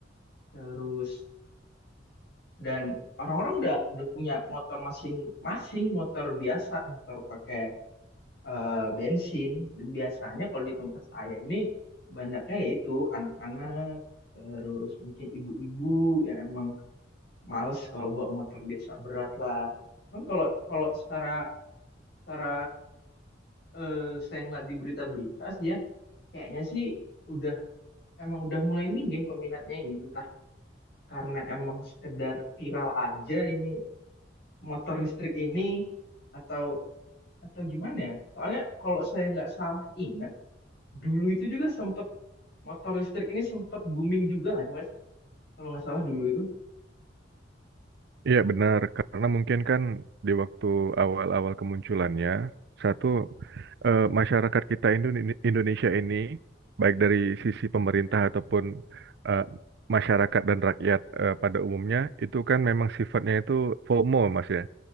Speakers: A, on the left; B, on the right.
A: terus dan orang-orang udah udah punya motor masing-masing motor biasa motor pakai eh, bensin dan biasanya kalau di tempat saya ini banyaknya yaitu anak-anak terus mungkin ibu-ibu yang emang males kalau bawa motor biasa berat lah kan kalau kalau secara secara eh, saya ngeliat di berita-berita sih ya kayaknya sih udah emang udah mulai minim peminatnya ini entah karena emang sekedar viral aja ini motor listrik ini atau atau gimana ya? Soalnya kalau saya nggak salah ingat, dulu itu juga sempet motor listrik ini sempet booming juga nggak sih Mas? Kalau nggak salah dulu itu.
B: Iya benar, karena mungkin kan di waktu awal-awal kemunculannya, satu eh, masyarakat kita Indo- Indonesia ini, baik dari sisi pemerintah ataupun eh, masyarakat dan rakyat eh, pada umumnya, itu kan memang sifatnya itu FOMO mas ya,